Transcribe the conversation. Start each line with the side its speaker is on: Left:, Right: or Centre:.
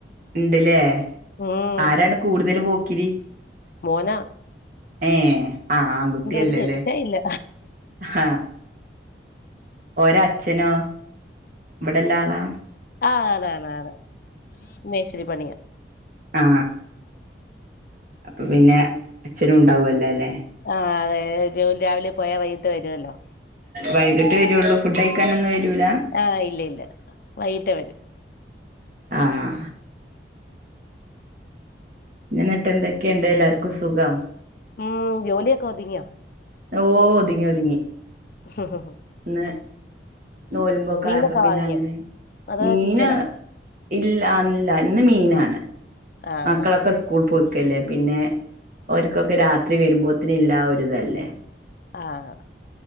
Right: ഉണ്ടല്ലേ
Left: ഉം
Right: ആരാണ് കൂടുതൽ പോക്കിരി
Left: മോന
Right: ഏ ആഹ ആൺകുട്ടിയല്ലേല്ലേ
Left: ഒരു രക്ഷയില്ല
Right: ആഹ ഓര അച്ഛനോ ഇവിടെല്ല ആളാ
Left: ആഹ് ആണ ആണ ആണ് മേശരി പണിയാ
Right: ആ അപ്പൊ പിന്നെ അച്ഛനും ഉണ്ടാവുംല്ലേ അല്ലെ
Left: ആഹ് അതെ ജോലി രാവിലെ പോയാൽ വൈകിട്ട് വരുവല്ലോ
Right: വൈകിട്ട് വരുള്ളൂ ഫുഡ് അഴിക്കാനൊന്നും വരൂല
Left: ആഹ് ഇല്ല ഇല്ല വൈകിട്ടേ വരും
Right: ആഹ ന്ന എന്നിട്ട് എന്തൊക്കെയുണ്ട് എല്ലാവർക്കും സുഖം
Left: ഉം ജോലിയൊക്കെ ഒതുങ്ങിയോ
Right: ഓ ഒതുങ്ങി ഒതുങ്ങി
Left: ഹ ഹ ഹ
Right: ഇന്ന് നോലുമ്പോക്കെ
Left: മീനൊക്കെ
Right: ആയപ്പോ പിന്നെ
Left: വാങ്ങിയോ
Right: അങ്ങനെ
Left: അതോ
Right: മീന്
Left: ചിക്കനാണോ
Right: ഇല്ല അല്ല ഇന്ന് മീയിനാണ്
Left: ആഹ്
Right: മക്കളൊക്കെ
Left: ആഹ്
Right: സ് സ്കൂൾ പോയിക്കല്ലേ പിന്നെ ഓര് ക്കൊക്കെ രാത്രി വരുമ്പോത്തിനും ഇല്ല ഒരുതല്ലേ
Left: ആഹ